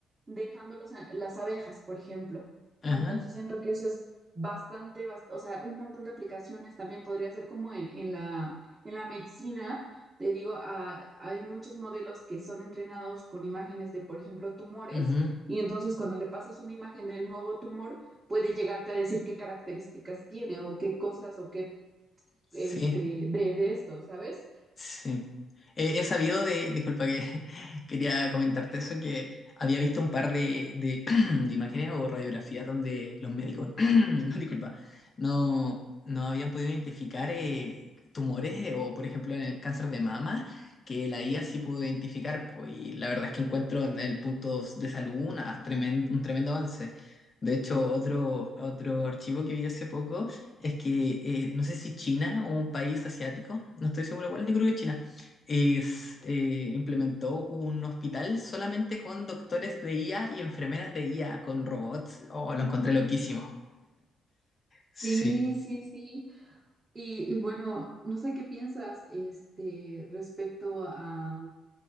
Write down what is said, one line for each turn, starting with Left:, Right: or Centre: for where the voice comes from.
Right: dejando los a- las abejas, por ejemplo.
Left: ajá,
Right: Entonces siento que eso es bastante, bas- o sea, un montón de aplicaciones también podría ser como en, en la, en la medicina. Te digo, ah, hay muchos modelos que son entrenados con imágenes de, por ejemplo, tumores.
Left: ujú,
Right: Y entonces cuando le pasas una imagen de un nuevo tumor, puede llegarte a decir qué características tiene o qué cosas o qué
Left: sí.
Right: este de, de esto, ¿sabes?
Left: Sí. He, he sabido de, disculpa que <laughs> quería comentarte eso, que había visto un par de, de, <clears throat> de imágenes o radiografías donde los médicos, <clears throat> no, disculpa, no, no habían podido identificar eh, tumores eh, o, por ejemplo, en el cáncer de mama, que la IA sí pudo identificar. po, y la verdad es que encuentro en el punto de salud una tremen- un tremendo avance. De hecho, otro, otro archivo que vi hace poco es que eh, no sé si China o un país asiático, no estoy seguro cuál, yo creo que China, es, eh, implementó un hospital solamente con doctores de IA y enfermeras de IA, con robots. Oh, lo encontré loquísimo. Sí.
Right: Sí, sí, sí. Y, y bueno, no sé qué piensas este respecto a,